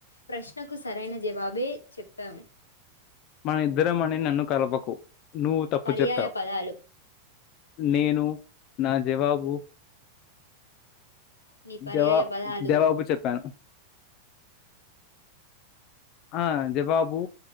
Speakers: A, on the left (about 75°); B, on the left (about 40°).
A: ప్రశ్నకు సరైన జవాబే చెప్పాము
B: మన ఇద్దరం అని నన్ను కలపకు నువ్వు తప్పు
A: పర్యాయ
B: చెప్పావు
A: పదాలు
B: నేను నా జవాబు
A: నీ పర్యాయ
B: జవా
A: పదాలు
B: జవాబు చెప్పాను ఆ జవాబు